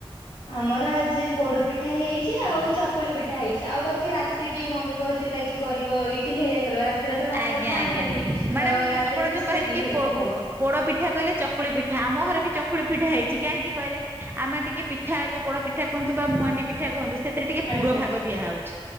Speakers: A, on the left; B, on the right.
A: ଆମର ଆଜି ପୋଡପିଠା ହେଇି ଆଉ ଚକୁଳି ପିଠା ହେଇଛି ଆଉ ବାକି ରାତିକି ମମି କହି ଥିଲା କି କରିବ ଇଟିଲି <unintelligible> କରିବ ରାତିରେ ତ ଭାତ
B: ଆଜ୍ଞା
A: ଖାଆନ୍ତିନି
B: ଆଜ୍ଞା ମ୍ୟାଡାାମ
A: ତ ରାତିରେ
B: ଆପଣ
A: ହିଁ
B: ଯୋଉ
A: ସେ
B: କହିଲେ
A: ଇଟିଲି
B: କି
A: ହେରିକା
B: ପୋ
A: ହବ
B: ପୋ ପୋଡ ପିଠା କହିଲେ ଚକୁଳି ପିଠା ଆମ ଘରେ ବି ଚ୍ ଚକୁଳି ପିଠା ହେଇଛି କାହିଁକି କହିଲେ ଆମେ ଟିକେ ପିଠା ଯୋଉ ପୋଡ଼ ପିଠା କୁହନ୍ତୁ ବା ମୁହାଣ୍ଡି ପିଠା କୁହନ୍ତୁ ସେଥିରେ ଟିକେ
A: ଆଜ୍ଞା
B: ପୁର ଭାଗ ଦିଆ ହେଉଛି